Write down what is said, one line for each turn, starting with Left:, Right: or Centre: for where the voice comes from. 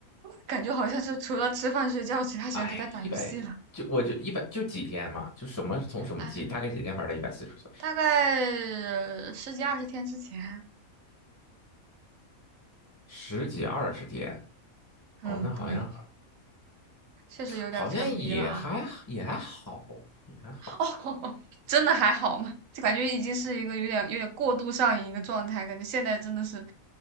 Right: 感觉好像是除了吃饭睡觉，其他时间都在打游戏了。
Left: 哎，一百就我就一百就几天嘛，就什么从什么几大概几天玩了一百四十个小时，
Right: 哎大概十几二十天之前，
Left: 十几二十天。
Right: 嗯，
Left: 哦，那好像
Right: 对，确实有点沉迷了啊。
Left: 好像也还也还好，也还好，
Right: <laughs> 哦，真的还好吗？就感觉已经是一个有点有点过度上瘾一个状态，感觉现在真的是，